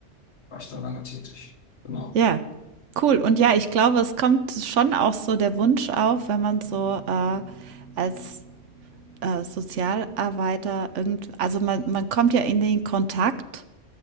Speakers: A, on the left (about 70°); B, on the right (about 85°).
A: war ich da lange tätig. Genau.
B: Ja. Cool. Und ja, ich glaube, es kommt schon auch so der Wunsch auf, wenn man so äh, als äh, Sozialarbeiter irgend, also man, man kommt ja in den Kontakt